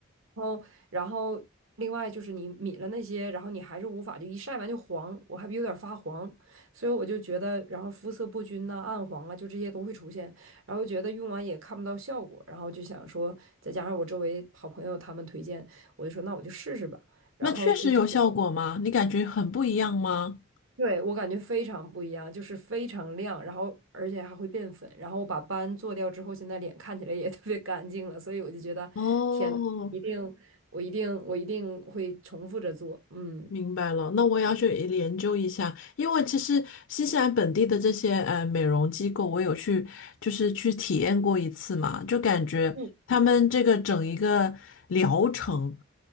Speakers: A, on the right (about 70°); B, on the left (about 65°).
A: 然后，然后另外就是你抿了那些，然后你还是无法就一晒完就黄，我还有点儿发黄，所以我就觉得，然后肤色不均呐、暗黄啊，就这些都会出现，然后觉得用完也看不到效果，然后就想说，再加上我周围好朋友他们推荐，我就说那我就试试吧，然后就结果
B: 那确实有效果吗？你感觉很不一样吗？
A: 对，我感觉非常不一样，就是非常亮，然后而且还会变粉，然后我把斑做掉之后，现在脸看起来也 <laughs> 特别干净了，所以我就觉得，
B: 哦，
A: 天呐，一定，我一定，我一定会重复着做，嗯
B: 明白了，那我也要去研究一下，因为其实新西兰本地的这些呃美容机构，我有去就是去体验过一次嘛，就感觉他们这个整一个疗程
A: 嗯